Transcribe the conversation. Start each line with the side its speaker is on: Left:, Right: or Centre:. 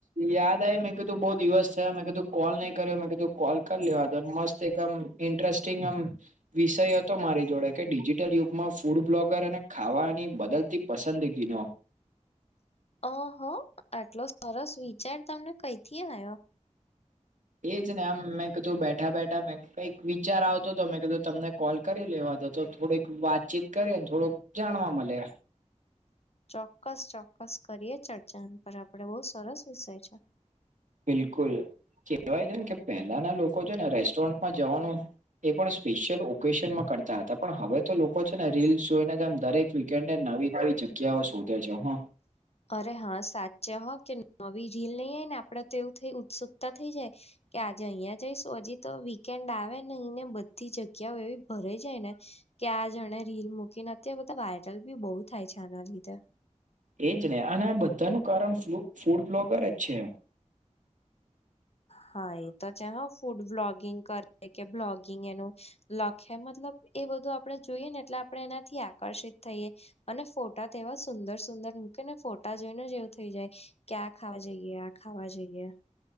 Right: યાદ આ મેં કીધું બહુ દિવસ થયા મેં કીધું કોલ નહી કર્યો મેં કીધું કોલ કરી લેવા દો મસ્ત એક આમ ઈન્ટ્રસ્ટિંગ આમ વિષય હતો મારી જોડે કે ડિજિટલ યુગ માં ફૂડ બ્લોગર અને ખાવાની બદલતી પસંદગીનો
Left: અહ આટલો સરસ વિચાર તમને કઈ થી આવ્યો.
Right: એજ ને આમ મેં કીધું બેઠા બેઠા મેં કઈક વિચાર આવતો હતો મેં કીધું તમને કોલ કરી લેવા તો તો થોડીક વાતચીત કરી ને થોડુંક જાણવા મળે.
Left: ચોક્કસ ચોક્કસ કરીએ ચર્ચા પર આપડે બહુ સરસ વિષય છે.
Right: બિલકુલ કેહેવાય છે ને કે પહેલાના લોકો છે ને રેસ્ટોરન્ટમાં જવાનું એ પણ સ્પેશિયલ ઓકેશનમાં કરતા હતા પણ હવે તો લોકો છે ને રીલ જોઈને દરેક વીકેન્ડે નવી નવી જગ્યાઓ શોધે છે હો.
Left: અરે હા સાચે હો કે નવી રીલ નહી આવેય ને આપડે તો એવું થઈ ઉત્સુકતા થઈ જાય. કે આજે અહિયા જઈશું હજી તો વીકેન્ડ આવે ને બધી જગ્યાઓ એવી ભરાઈ જાય ને કે આ જણે રીલ મૂકી નથી એ બધા વાયરલ બી બહુ થાય છે આના લીધે
Right: એજ ને અને બધાનું કારણફૂડ ફૂડ બ્લોગર જ છે. <inaudible>
Left: હા એ તો છે હ ફૂડ બ્લોગિંગ કરે કે બ્લોગિંગ એનું લખે મતલબ એ બધું આપડે જોઈએ ને એટલે આપણે એનાથી આકર્ષિત થઈએ અને ફોટા તેવા સુંદર સુંદર મૂકે ને ફોટા જોઈને એવું થઇ જાય. કે આ ખાવા જઈએ આ ખાવા જઈએ.